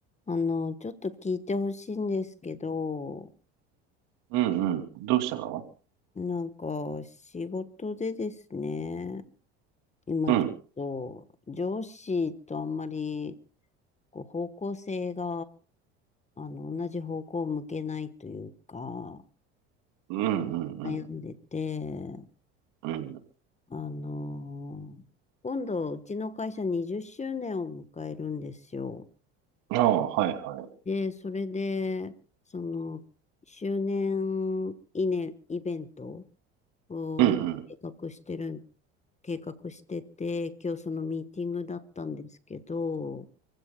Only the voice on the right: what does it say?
うんうん。どうしたの
うん。
うんうんうん
うん。
ああ、はいはい。
うんうん。